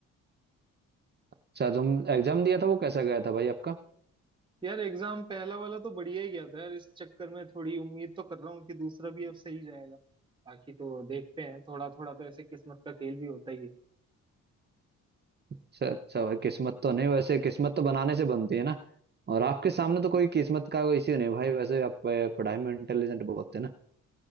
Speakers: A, on the right; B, on the right.
A: अच्छा तुम एग्जाम दिया था वो कैसा गया था भाई आपका
B: यार एग्जाम पहला वाला तो बढ़िया ही गया था यार इस चक्कर में थोड़ी उम्मीद तो कर रहा हूँ कि दूसरा भी अब सही जाएगा बाकी तो देखते हैं थोड़ा थोड़ा तो ऐसे किस्मत का खेल भी होता ही है
A: अच्छा अच्छा भाई किस्मत तो नहीं वैसे किस्मत तो बनाने से बनती है ना और आपके सामने तो कोई किस्मत का कोई इश्यू नहीं है भाई वैसे आप अ, पढ़ाई में इंटेलिजेंट बहुत थे ना